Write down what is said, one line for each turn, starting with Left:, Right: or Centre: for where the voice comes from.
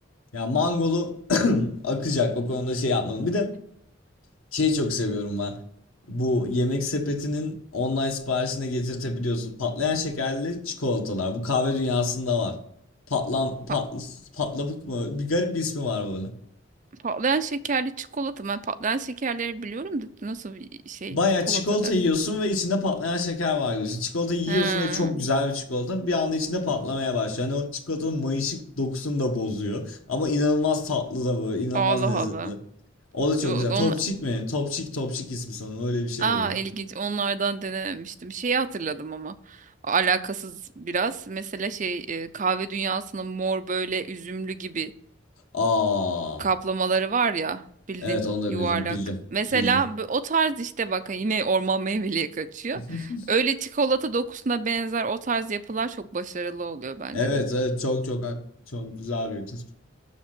Left: ya mangolu <clears throat> akacak o konuda şey yapmadım. Bir de Şeyi çok seviyorum ben. Bu yemek sepetinin online siparişine getirtebiliyorsun. Patlayan şekerli çikolatalar. Bu kahve dünyasında var. Patlan, pat,
Right: Pa-
Left: patlabık mı? Bir garip bir ismi var böyle.
Right: patlayan şekerli çikolata. Ben patlayan şekerleri biliyorum da nasıl bir şey
Left: Baya
Right: çikolata
Left: çikolata
Right: der.
Left: yiyorsun ve içinde patlayan şeker var gibi. Çikolata yiyorsun
Right: He.
Left: ve çok güzel bir çikolata. Bir anda içinde patlamaya başlıyor. Yani o çikolatanın mayışık dokusunu da bozuyor. Ama inanılmaz tatlı da böyle. inanılmaz
Right: Allah
Left: lezzetli.
Right: Allah.
Left: O da
Right: Yo,
Left: çok güzel.
Right: onlar.
Left: Topçik mi? Topçik, Topçik ismi sanırım. Öyle bir şey
Right: Aa
Left: böyle.
Right: ilginç onlardan denememiştim. Şeyi hatırladım ama alakasız biraz. Mesela şey e, kahve dünyasının mor böyle üzümlü gibi
Left: Aa.
Right: kaplamaları var ya bildin
Left: Evet onu da
Right: yuvarlak.
Left: bildim. Bildim.
Right: Mesela
Left: Bildim.
Right: bu- o tarz işte bak hani yine orman meyveliye kaçıyor.
Left: <laughs>
Right: Öyle çikolata dokusuna benzer o tarz yapılar çok başarılı oluyor bence
Left: Evet
Right: de.
Left: evet çok çok hak- çok güzel bir tespit.